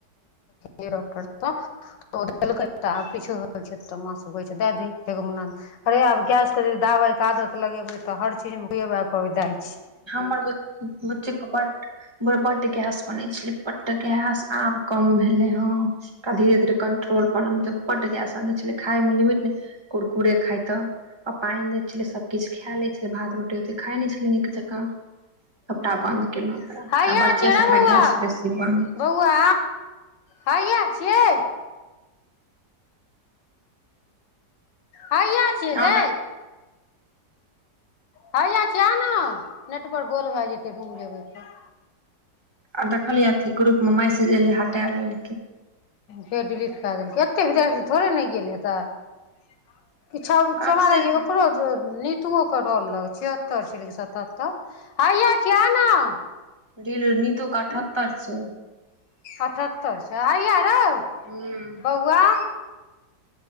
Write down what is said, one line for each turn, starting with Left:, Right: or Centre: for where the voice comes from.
Left: केलक <unintelligible> <unintelligible> आब किछो होय छैय तऽ माँ सब कहै छैय दय दही एगो मुना अरे आब गैस के दावइ के आदत लगेबै तऽ हर चीज मे खुब दाय छैय।
Right: <unintelligible> बुच्चीक। बढ़ गैस बनै छलै बढ़ गैस आब कम भेलै हं। धीर धीरे कंट्रोल <unintelligible> खाइ मे लिमिट। कुरकुरे खाय त पाननि दै छलै सब किछ खाय लै छलै भात रोटी खाइ नै छल। नीक जेका। सबटा
Left: हूँ
Right: बंद केलौं एकरा
Left: हैया
Right: आ बच्चे
Left: छियै रे
Right: स एकरा
Left: बौआ
Right: गैस बेसी बनै छै।
Left: बौआ हैया छियै। हैया
Right: छलै
Left: छियै गै हैया छियै आ न नेट बर गोल भए जेतै रूम जेबै तऽ।
Right: आ देखलियै अथी ग्रुप मे मैसेज एले हटा लेल
Left: फेर डिलीट कए देलकै एतेक देर थोड़े नै गेल हे तायऽ। किछ अब चमारे
Right: एबसेंट
Left: ओकरो नीत तु ओ के रोल लग छिहत्तर छलै कि सतहत्तर हया छियै आउन
Right: डिल नितु के अठत्तर छै
Left: अठहत्तर छै हैया रौ।
Right: हुँ
Left: बौआ।